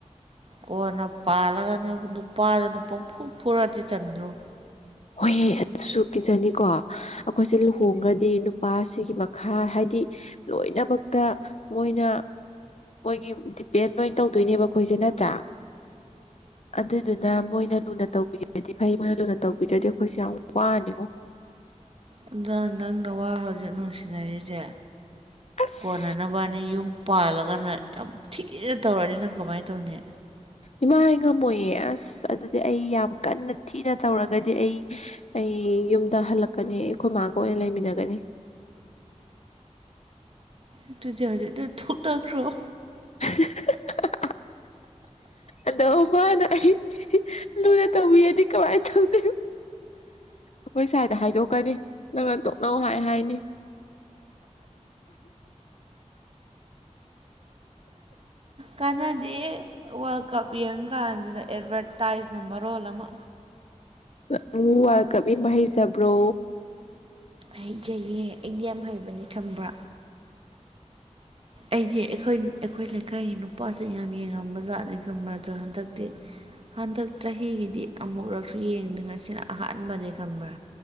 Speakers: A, on the right (about 50°); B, on the left (about 65°).
A: ꯀꯣꯟꯅ ꯄꯥꯜꯂꯒꯅ ꯅꯨꯄꯥꯗꯨꯅ ꯄꯪꯐꯨ ꯐꯨꯔꯗꯤ ꯇꯟꯗ꯭ꯔꯣ?
B: ꯍꯣꯏꯍꯦ ꯑꯗꯨꯁꯨ ꯀꯤꯖꯅꯤꯀꯣ ꯑꯩꯈꯣꯏꯁꯦ ꯂꯨꯍꯣꯡꯉ꯭ꯔꯗꯤ ꯅꯨꯞ ꯅꯨꯄꯥꯁꯤꯒꯤ ꯃꯈꯥ ꯍꯥꯏꯗꯤ ꯂꯣꯏꯅꯃꯛꯇ ꯃꯣꯏꯅ ꯃꯣꯏꯒꯤ ꯗꯤꯄꯦꯟ ꯂꯣꯏ ꯇꯧꯗꯣꯏꯅꯦꯕ ꯑꯩꯈꯣꯏꯁꯦ ꯅꯠꯇ꯭ꯔꯥ? ꯑꯗꯨꯗꯨꯅ ꯃꯣꯏꯅ ꯂꯨꯅ ꯇꯧꯕꯤꯔꯗꯤ ꯐꯩ ꯃꯣꯏꯅ ꯂꯨꯅ ꯇꯧꯕꯤ ꯕꯤꯗ꯭ꯔꯗꯤ ꯑꯩꯈꯣꯏꯁꯦ ꯌꯥꯝ ꯋꯥꯅꯤꯉꯣ꯫
A: ꯑꯗꯣ ꯅꯪꯅ ꯅꯋꯥ ꯍꯧꯖꯤꯛ ꯅꯨꯡꯁꯤꯅꯔꯤꯁꯦ
B: ꯑꯁ
A: ꯀꯣꯟꯅ ꯅꯕꯅꯤ ꯌꯨꯝ ꯄꯥꯜꯂꯒꯅ ꯌꯥꯝ ꯊꯤꯅ ꯇꯧꯔꯛꯑꯅꯤ ꯅꯪ ꯀꯃꯥꯏꯅ ꯇꯧꯅꯤ꯫
B: ꯏꯃꯥ ꯑꯩ ꯉꯝꯃꯣꯏꯌꯦ ꯑꯁ ꯑꯗꯨꯗꯤ ꯑꯩ ꯌꯥꯝ ꯀꯟꯅ ꯊꯤꯅ ꯇꯧꯔꯒꯗꯤ ꯑꯩ ꯑꯩ ꯌꯨꯝꯗ ꯍꯜꯂꯛꯀꯅꯤ ꯑꯩꯈꯣꯏ ꯃꯥꯒ ꯑꯣꯏꯅ ꯂꯩꯃꯤꯟꯅꯒꯅꯤ꯫
A: ꯑꯗꯨꯨꯗꯤ ꯍꯧꯖꯤꯛꯇꯩ ꯊꯨꯛꯅꯈ꯭ꯔꯣ꯫
B: <inaudible> ꯑꯗꯣ ꯃꯥꯅ ꯑꯩ ꯂꯨꯅ ꯇꯧꯕꯤꯔꯗꯤ ꯀꯃꯥꯏꯅ ꯇꯧꯗꯣꯏꯕ ꯑꯈꯣꯏ ꯁꯥꯏꯗ ꯍꯥꯏꯗꯣꯛꯀꯅꯤ ꯅꯪꯅ ꯇꯣꯛ ꯅꯧ ꯍꯥꯏ ꯍꯥꯏꯅꯤ꯫
A: ꯀꯥꯟꯅꯗꯦ ꯋꯥꯔꯜ ꯀꯞ ꯌꯦꯡ ꯀꯥꯟꯁꯤꯗ ꯑꯦꯗꯚꯔꯇꯥꯏꯁ ꯅꯝꯕꯔ ꯔꯣꯜ ꯑꯃ
B: ꯅꯪꯕꯨ ꯋꯥꯔꯜ ꯀꯞ ꯌꯦꯡꯕ ꯍꯩꯖꯕ꯭ꯔꯣ?
A: ꯍꯩꯖꯩꯌꯦ ꯑꯩꯗꯤ ꯌꯥꯝ ꯍꯩꯕꯅꯦ ꯈꯪꯕ꯭ꯔꯥ ꯑꯩꯗꯤ ꯑꯩꯈꯣꯏ ꯑꯩꯈꯣꯏ ꯂꯩꯀꯥꯏꯒꯤ ꯅꯨꯄꯥꯁꯤꯡ ꯌꯥꯝ ꯌꯦꯡꯉꯝꯕ ꯖꯥꯠꯅꯤ ꯈꯪꯕ ꯗꯣ ꯍꯟꯗꯛꯇꯤ ꯍꯟꯗꯛ ꯆꯍꯤꯒꯤꯗꯤ ꯑꯃꯨꯛꯨꯔꯛꯁꯨ ꯌꯦꯡꯗꯦ ꯉꯁꯤꯅ ꯑꯍꯥꯟꯕꯅꯦ ꯈꯪꯕ꯭ꯔꯥ꯫